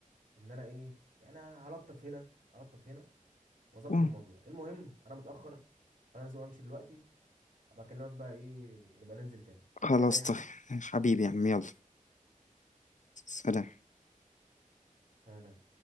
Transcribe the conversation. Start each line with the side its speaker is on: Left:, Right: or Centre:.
Right: ان انا ايه يعني انا هلطف هنا هلطف هنا واظبط
Left: أوه،
Right: الموضوع المهم انا متاخر انا لازم امشي دلوقتي ابقى اكلمك بقى ايه نبقى ننزل تاني
Left: خلاص
Right: انت عايز اي
Left: طيب
Right: حاجه
Left: حبيبي يا عم يلا سلام
Right: سلام